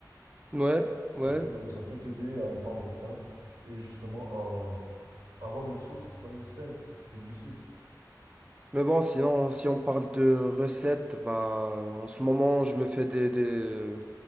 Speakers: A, on the right (about 15°); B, on the right (about 55°).
A: Ouais,
B: Ça
A: ouais.
B: peut, ça peut t'aider à ne pas avoir faim et justement à avoir une source quand même saine de glucides.
A: Mais bon, sinon, si on parle de recettes, bah, en ce moment, je me fais des, des,